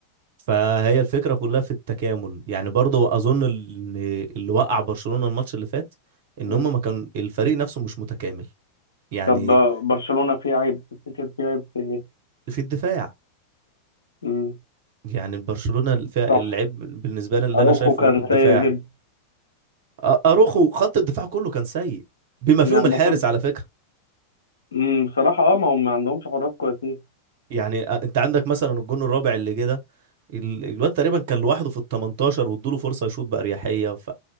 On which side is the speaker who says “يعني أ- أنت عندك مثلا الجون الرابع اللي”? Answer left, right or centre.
Right